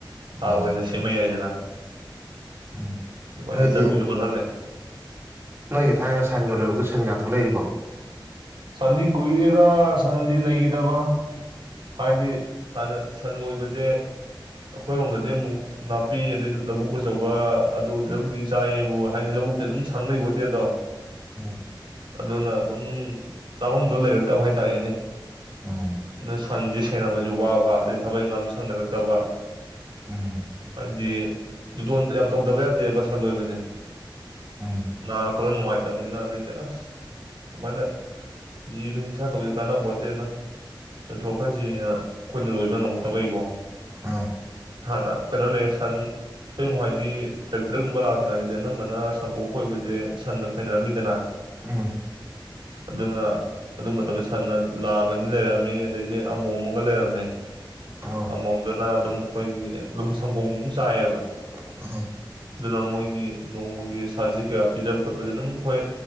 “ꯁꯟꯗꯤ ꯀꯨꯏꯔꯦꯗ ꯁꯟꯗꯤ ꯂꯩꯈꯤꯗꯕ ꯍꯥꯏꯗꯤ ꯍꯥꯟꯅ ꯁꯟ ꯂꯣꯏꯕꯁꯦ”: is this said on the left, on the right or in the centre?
Right